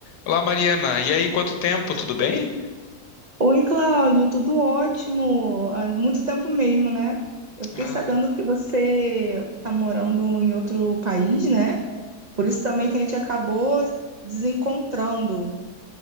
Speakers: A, on the left; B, on the right.
A: Olá, Mariana. E aí, quanto tempo? Tudo bem?
B: Oi, Cláudio, tudo ótimo. Há muito tempo mesmo, né? Eu fiquei
A: Ah,
B: sabendo que você está morando em outro país, né? Por isso também que a gente acabou desencontrando.